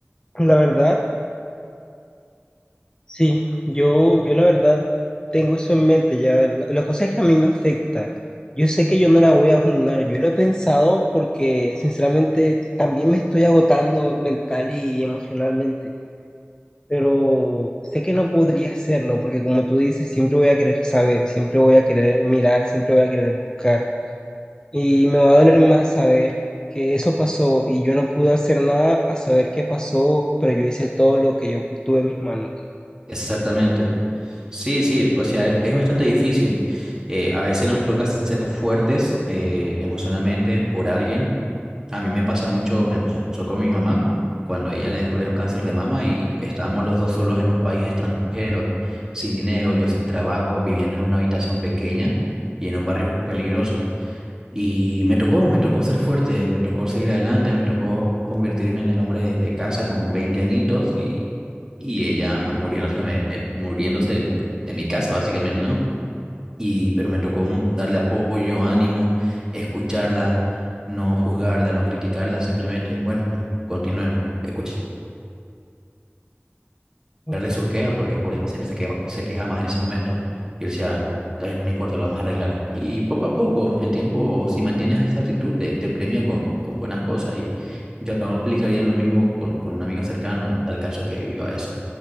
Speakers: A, on the left; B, on the right.
A: la verdad, sí, yo, yo la verdad tengo eso en mente ya. La, la cosa es que a mí me afecta. Yo sé que yo no la voy a abandonar. Yo lo he pensado porque sinceramente también me estoy agotando mental y emocionalmente. Pero sé que no podría hacerlo porque como tú dices, siempre voy a querer saber, siempre voy a querer mirar, siempre voy a querer buscar. Y me va a doler más saber que eso pasó y yo no pude hacer nada a saber qué pasó, pero yo hice todo lo que yo pu- tuve en mis manos.
B: Exactamente. Sí, sí, o sea, e- es bastante difícil. Eh, a veces nos toca ser fuertes eh, emocionalmente por alguien A mí me pasa mucho, me pasó con mi mamá cuando ella le descubrieron cáncer de mama y estábamos los dos solos en un país extranjero, sin dinero, yo sin trabajo, viviendo en una habitación pequeña y en un barrio peligroso. Y me tocó, me tocó ser fuerte, me tocó seguir adelante, me tocó convertirme en el hombre de, de casa con 20 añitos y, y ella muriéndose, de me- muriéndose en, en mi casa, básicamente, ¿no? y pero me tocó mm, darle apoyo, ánimo, escucharla, no juzgarla, no criticarla, simplemente, bueno, continuemos, escucharle
A: Ok.
B: sus quejas porque por siempre se queja, se quejaba más en ese momento. Y él decía, "Está bien, no importa, lo vamos a arreglar. Y poco a poco, el tiempo, si mantienes esa actitud, te, te premia con, con buenas cosas y yo aplicaría lo mismo con, con un amigo cercano en tal caso que viva eso,